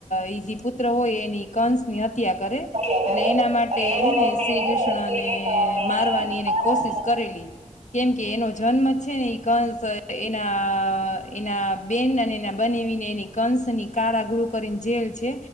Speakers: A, on the left; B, on the right.
A: એ જે પુત્ર હોય એની કંસની હત્યા કરે
B: કર્યા
A: એટલે
B: કરે
A: એના માટે
B: અને એના
A: હેને
B: માટે
A: શ્રી
B: હે
A: કૃષ્ણને
B: ને શ્રી કૃષ્ણ અને
A: મારવાની
B: મહારાજ
A: એને કોશિશ કરેલી કેમ કે એનો જન્મ છે, ને એ કંસ એના બેન અને એના બનેવીને એની કંસની કારા ગુરુ કરીને જેલ છે,